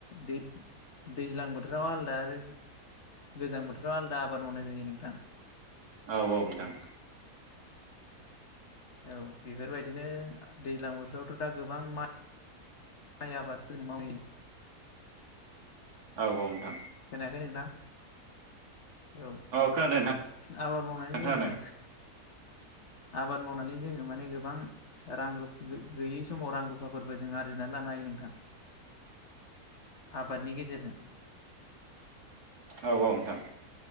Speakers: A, on the left; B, on the right.
A: दै दैज्लां बोथोराव आलादा आरो गोजां बोथोराव आलादा आबाद मावनाय जायो नोंथां।
B: औ औ नोंथां
A: औ बेफोरबायदिनो दैज्लां बोथोरावथ' दा गोबां मा इ आबाद जों मावो।
B: औ औ नोंथां
A: खोनायाखै नोंथां औ
B: खोनादों नोंथां
A: आबाद मावनानै जोङो।
B: खोनादों
A: आबाद मावनानै जोङो माने गोबां रां रु गैयै समाव रां रुफाफोरबो जों आरजिनानै लानो। नायै नोंथां
B: <inaudible>
A: आबादनि गेजेरजों
B: औ औ नोंथां।